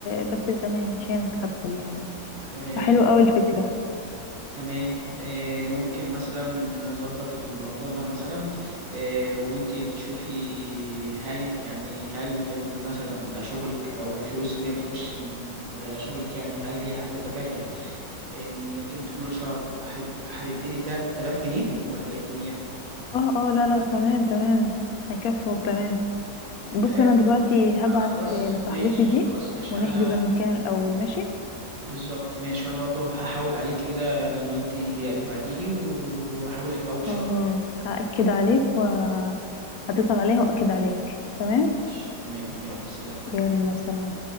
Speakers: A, on the left; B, on the right.
A: بس تمام عشانك هدخل يعني
B: آه،
A: فحلو قوي الفكره
B: تمام آه، ممكن مثلا نظبط الموضوع ده مثلا آه، وانت تشوفي هل انت يعني هل انت مثلا شغلك او الفلوس اللي هي بتخش من آه، شغلك يعني هل هي هتبقى كافية انك انت كل شهر هت- هتديني 3000 جنيه ولا ايه الدنيا
A: اه اه لا لا لا، تمام تمام هيكفوا تمام بص
B: آه،
A: انا دلوقتي هبعت
B: آه، خلاص
A: لصاحبتي
B: ماشي
A: دي
B: خلاص ماشي
A: ونحجز
B: انا
A: المكان الاول ماشي
B: بالظبط ماشي وانا برضو هحاول عليكي كده لما انت تبعتيلي وهحاولك باول
A: خلاص
B: شهر عادي
A: هأكد عليك وهتصل عليها وأكد عليك تمام
B: ماشي تمام يلا سلام
A: يلا سلام